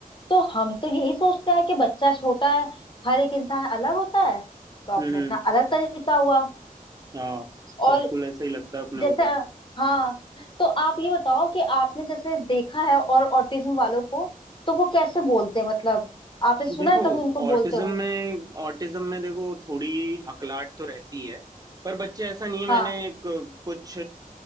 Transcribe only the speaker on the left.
तो हम तो यही सोचते हैं कि बच्चा छोटा है हर एक इंसान अलग होता है तो अपना
अपना अलग तरीका हुआ
और
जैसे
हाँ तो आप ये बताओ कि आपने जैसे देखा है और ऑटिज्म वालों को तो वो कैसे बोलते हैं मतलब आपने सुना
है कभी उनको
बोलते हुए
हाँ